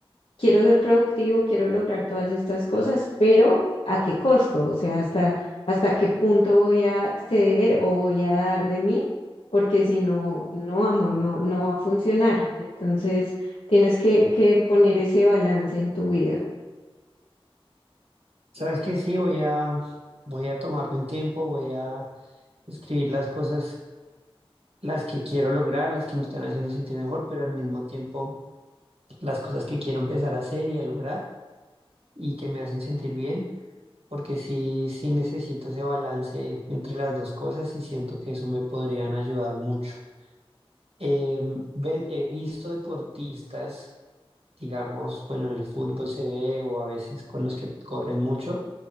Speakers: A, on the left (about 75°); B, on the right (about 80°).
A: quiero ser productivo, quiero lograr todas estas cosas, pero ¿a qué costo? O sea, hasta, hasta qué punto voy a ceder o voy a dar de mí, porque si no, no, amor, no, no va a funcionar. Entonces, tienes que, que poner ese balance en tu vida.
B: ¿Sabes qué? Sí, voy a, voy a tomarme un tiempo, voy a escribir las cosas las que quiero lograr, las que me están haciendo sentir mejor, pero al mismo tiempo las cosas que quiero empezar a hacer y a lograr y que me hacen sentir bien, porque sí, sí necesito ese balance entre las dos cosas y siento que eso me podrían ayudar mucho. Em, ven, he visto deportistas, digamos, bueno, en el fútbol se ve o a veces con los que corren mucho,